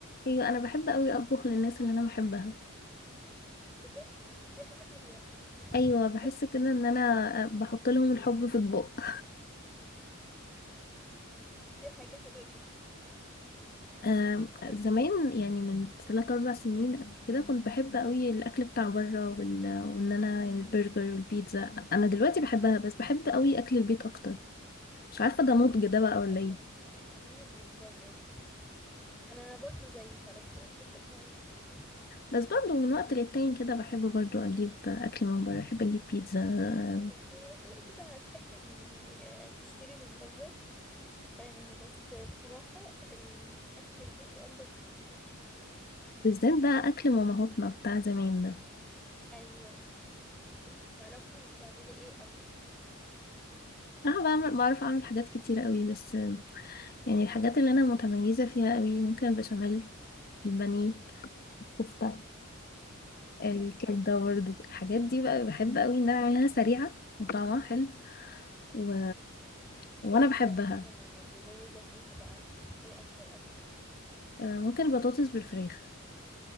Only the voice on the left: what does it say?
أيوة أنا بحب أوي أطبخ للناس اللي أنا بحبها
أيوة بحس
كده إن أنا آه، بحط لهم الحب في أطباق
آه
زمان يعني من تلات أربع سنين كده كنت بحب أوي الأكل بتاع بره وال... وإن أنا البرجر والبيتزا أنا دلوقتي بحبها بس بحب أوي أكل البيت أكتر مش عارفة ده
نضج
ده بقى ولا
إيه
بس برضه من وقت للتاني كده بحب برضه أجيب أكل من بره بحب أجيب بيتزا
بالذات بقى أكل مامهاتنا بتاع زمان ده
أنا بعمل بعرف أعمل حاجات كتيرة قوي بس يعني الحاجات اللي أنا متميزة فيها قوي ممكن البشاميل البانيه
الكفتة الكبدة
برضه الحاجات دي بقى بحب قوي إن أنا أعملها سريعة وطعمها حلو و... وأنا
بحبها
آه، ممكن البطاطس بالفراخ